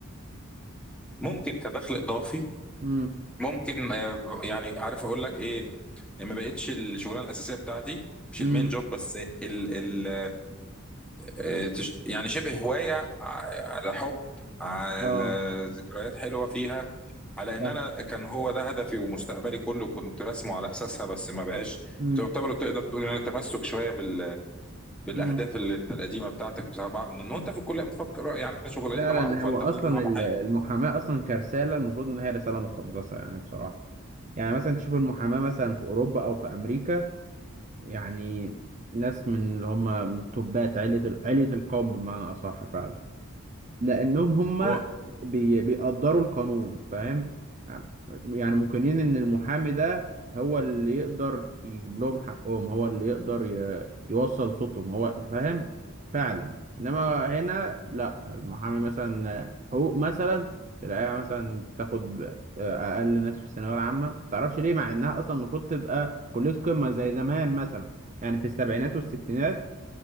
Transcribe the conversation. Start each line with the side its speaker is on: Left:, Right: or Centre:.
Centre: ممكن كدخل اضافي
Right: امم
Centre: ممكن آه، يعني عارف اقول لك ايه ما بقتش الشغلانه الاساسيه بتاعتي مش
Right: امم
Centre: المين جوب بس ال ال آه، تش- يعني شبه هوايه ع- على حب على
Right: اه
Centre: ذكريات حلوه فيها على ان
Right: فاهم.
Centre: انا كان هو ده هدفي ومستقبلي كله كنت راسمه على اساسها بس ما بقاش
Right: امم
Centre: تعتبر تقدر تقول ان انا تمسك شويه بال بالاهداف
Right: امم
Centre: اللي- القديمه بتاعتك بتاع- من وانت في الكليه بتفكر يعني احنا شغلتنا
Right: فعلا
Centre: معروفه
Right: هو
Centre: انت
Right: اصلا
Centre: هتطلع محامي
Right: ال- المحاماه اصلا كرساله المفروض ان هي رساله مقدسه يعني بصراحه يعني مثلا تشوف المحاماه مثلا في اوروبا او في امريكا يعني ناس من اللي هم من توبات عيلة عيلة القوم بمعنى أصح فعلا لانهم هم
Centre: هو
Right: بي... بيقدروا القانون فاهم يعني مقنين ان المحامي ده هو اللي يقدر يجيب لهم حقهم هو اللي يقدر ي... يوصل صوتهم هو انت فاهم فعلا انما هنا لا المحامي مثلا حقوق مثلا تلاقيها مثلا تاخد آه، اقل ناس في الثانويه العامه ما تعرفش ليه مع انها اصلا المفروض تبقى كليه قمه زي زمان مثلا يعني في السبعينات والستينات